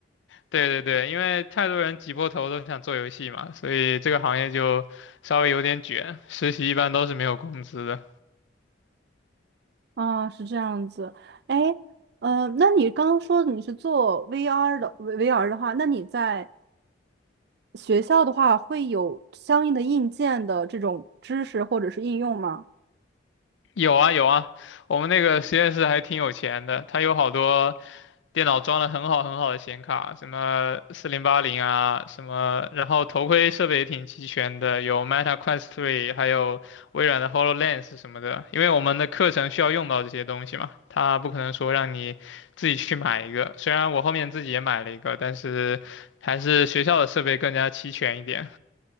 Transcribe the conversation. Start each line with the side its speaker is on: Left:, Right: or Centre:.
Left: 对对对，因为太多人挤破头都想做游戏嘛，所以这个行业就稍微有点卷，实习一般都是没有工资的。
Right: 啊，是这样子。哎，呃，那你刚刚说你是做 VR 的 VR 的话，那你在学校的话会有相应的硬件的这种知识或者是应用吗？
Left: 有啊有啊，我们那个实验室还挺有钱的，它有好多电脑装了很好很好的显卡，什么四零八零啊，什么，然后头盔设备也挺齐全的，有 Meta Quest 3，还有微软的 HoloLens 什么的。因为我们的课程需要用到这些东西嘛，它不可能说让你自己去买一个。虽然我后面自己也买了一个，但是还是学校的设备更加齐全一点。